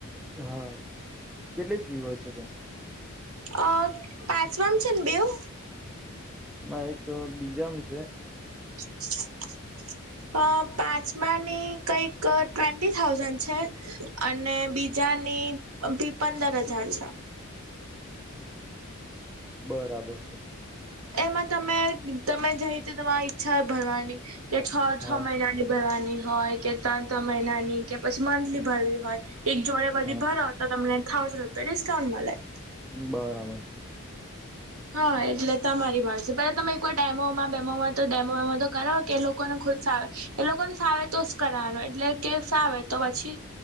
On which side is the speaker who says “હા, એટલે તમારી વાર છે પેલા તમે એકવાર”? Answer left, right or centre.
Right